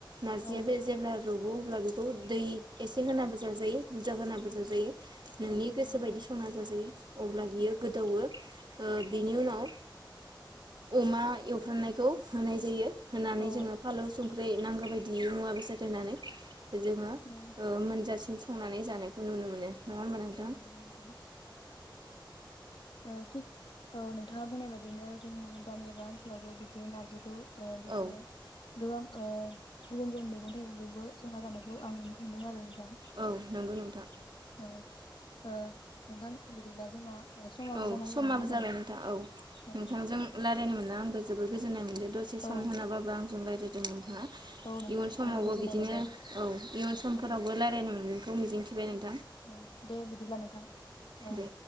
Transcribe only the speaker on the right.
नारजिया
बे जेब्ला रग- अब्ला बेखौ दै एसे होनाबो जाजायो बुरजा होनाबो जाजायो नोंनि
गोसो
बायदि संना जाजायो अब्ला बियो
गोदौओ ओ बिनि
उनाव अमा एवफ्रामनायखौ होनाय जायो होनानै
जोङो फालौ संख्रै नांगौ बायदि -बि मुवा बेसाद होनानै जोङो
ओ मोनजासे संनानै जानायखौ नुनो मोनो नङा होमबा नोंथां
औ
औ नंगौ नोंथां
औ
समाबो
जाबाय नोंथां औ
नोंथांजों रायलायनो मोनला जोबोर गोजोननाय मोनदों। दसे सम
होनाबाबो आंजों राय जायदों नोंथाङा।
इयुन समावबो
बिदिनो
औ इयुन समफोरावबो
रायलायनो मोनगोन। खौ मिजिं थिबाय नों
दे